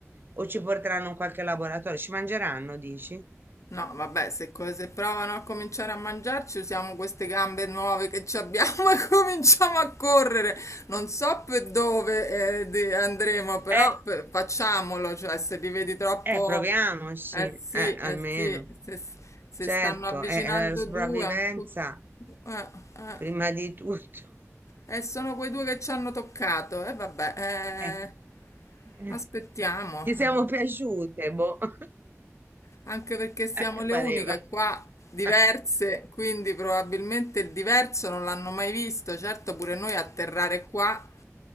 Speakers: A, on the right; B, on the left.
A: O ci porteranno in qualche laboratorio, ci mangeranno, dici?
B: No, vabbè, se, co- se provano a cominciare a mangiarci, usiamo queste gambe nuove che ci abbiamo <laughs> e cominciamo a correre. Non so per dove eh, di- andremo, però
A: Eh,
B: per- facciamolo, cioè se li vedi troppo...
A: eh, proviamoci,
B: Eh sì,
A: eh,
B: eh
A: almeno.
B: sì, se, se
A: Certo,
B: stanno avvicinando
A: è è la sopravvivenza
B: due... anco- Eh, eh,
A: prima di tutto.
B: eh, sono quei due che ci hanno toccato. E vabbè, eh,
A: Eh, eh,
B: aspettiamo.
A: Gli siamo
B: eh.
A: piaciute, boh. <laughs>
B: Anche perché siamo
A: Eh,
B: le
A: pareva.
B: uniche qua diverse,
A: Eh,
B: quindi probabilmente il diverso non l'hanno mai visto. Certo, pure noi atterrare qua,